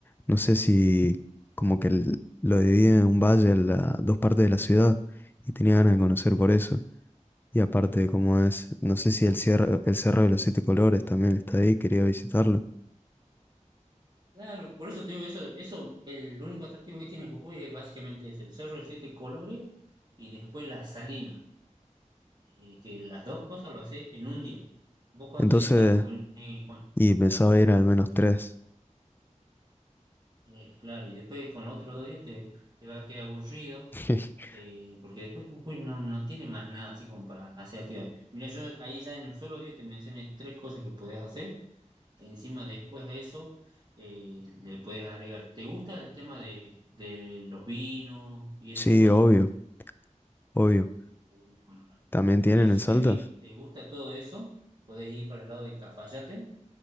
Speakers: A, on the left; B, on the right.
A: No sé si como que el- lo divide en un valle en la- dos partes de la ciudad y tenía ganas de conocer por eso. Y aparte como es, no sé si el cierre, el Cerro de los Siete Colores también está ahí, quería visitarlo.
B: Claro, por eso te digo, eso, eso, el único atractivo que tiene Jujuy es básicamente es el Cerro de Siete Colores y después la Salina, eh, que las dos cosas lo hace en un día. ¿Vos cuántos
A: Entonces,
B: días estás por venir, Juan?
A: y pensaba ir al menos tres.
B: Tres, claro, y después con los otros dos días te, te va a quedar aburrido,
A: <laughs>
B: eh, porque después Jujuy no, no tiene más nada así como para hacer actividades. Mira, yo ahí ya en un solo día te mencioné tres cosas que podés hacer Encima, después de eso, eh, le puedes agregar. ¿Te gusta el tema de, de los vinos y esas
A: Sí,
B: cosas?
A: obvio, obvio.
B: Uh, bueno, vale.
A: ¿También tienen
B: Entonces,
A: en
B: si
A: Salta?
B: te, vi- te gusta todo eso, podés ir para el lado de Cafayate